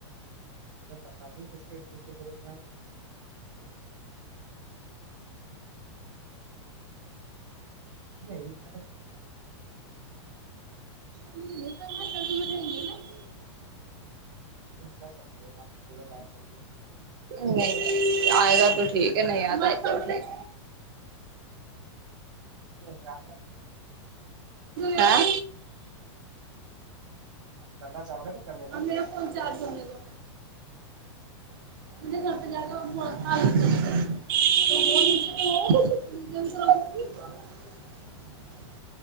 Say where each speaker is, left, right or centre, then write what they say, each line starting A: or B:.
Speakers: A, on the right; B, on the right.
A: میں پتہ نہیں کس کے کس کی ضرورت میں ہے نہیں یہ
B: <unintelligible>
A: تم کر سکتے ہو ب ہوگر بات کرنی ہے
B: نہیں آئے گا تو ٹھیک ہے نہیں آد آئے توھ <unintelligible>
A: نہیں آ
B: ہاں
A: آپ کرنا چاہو گے تو کر لینا
B: ہاں
A: کوئی
B: میرا
A: ایسی
B: فون
A: بات
B: چار سنے تھا <unintelligible>